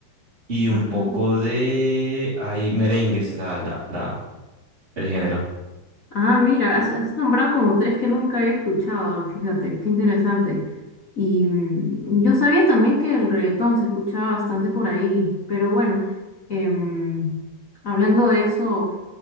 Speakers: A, on the right (about 20°); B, on the left (about 30°).
A: Y
B: Ajá.
A: un poco de, hay merengues, la, la, la, el género.
B: Ah, mira, has, has nombrado como tres que nunca había escuchado, fíjate, qué interesante. Y mm, yo sabía también que el reggaetón se escuchaba bastante por ahí, pero bueno, em, hablando de eso.